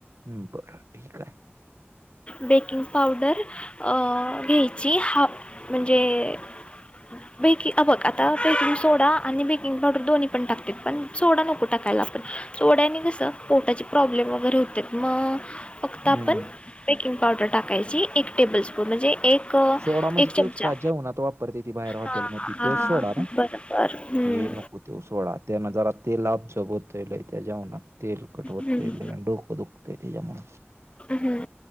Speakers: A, on the right (about 80°); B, on the left (about 25°).
A: हम्म बरं ठीक हाय.
B: बेकिंग पावडर अ घ्यायची हा म्हणजे बेकि अ बघ आता बेकिंग सोडा आणि बेकिंग पावडर दोन्ही पण टाकत्यात, पण सोडा नको टाकायला <unintelligible> सोड्यानी कस पोटाचे प्रॉब्लेम वगैरे होत्यात म फक्त आपण
A: हं.
B: बेकिंग पावडर टाकायची एक टेबल स्पून म्हणजे एक अ,
A: सोडा म्हजे
B: एक
A: त्योच
B: चमचा
A: का जेवणात वापरत्याती बाहेर हॉटेलमध्ये
B: हां हां
A: त्योच सोडा ना?
B: बरं बरं हं,
A: ये नको त्यो सोडा त्यान जरा ते लाब <unintelligible> होतय लय त्या जेवणात तेलकट होतय
B: हं.
A: लई आणि डोकं दुखतय त्याज्यामुळ
B: हम्म.